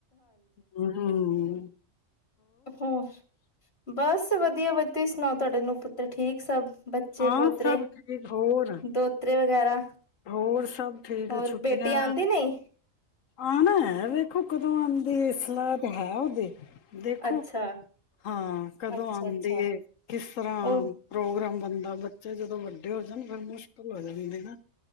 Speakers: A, on the left (about 80°); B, on the left (about 50°).
A: ਹਮ ਹੁੰ,
B: ਹੂੰ, ਬਸ ਵਧੀਆ। ਤੇ ਵਧੀ ਤੁਸੀਂ ਸੁਣਾਓ ਤੁਹਾਡੇ ਨੂੰਹ ਪੁੱਤਰ ਠੀਕ ਸਭ। ਬੱਚੇ
A: ਹਾਂ
B: ਪੋਤਰੇ,
A: ਸਭ ਠੀਕ ਹੋਰ।
B: ਦੋਤਰੇ ਵਗੈਰਾ।
A: ਹੋਰ ਸਭ ਠੀਕ
B: ਹੋਰ
A: ਛੁਟੀਆਂ
B: ਬੇਟੀ ਆਉਂਦੀ ਨਹੀਂ
A: ਆਣਾ ਹੈ ਵੇ। ਦੇਖੋ ਕਦੋ ਆਂਦੇ ਐ ਸਲਾ ਤੇ ਹੈ, ਉਦੀ ਦੇਖੋ,
B: ਅੱਛਾ
A: ਹਾਂ ਕਦੋ
B: ਅੱਛਾ
A: ਆਉਂਦੇ
B: ਅੱਛਾ
A: ਕਿਸ ਤਰ੍ਹਾਂ
B: ਉਹ
A: ਆਉ‌ ਪ੍ਰੋਗਰਾਮ। ਬੰਦਾ ਬੱਚੇ ਜਦੋਂ ਵੱ ਵੱਡੇ ਹੋ ਜਾਣ ਫੇਰ ਮੁਸ਼ਕਿਲ ਹੋ ਜਾਂਦੀ। ਨਾ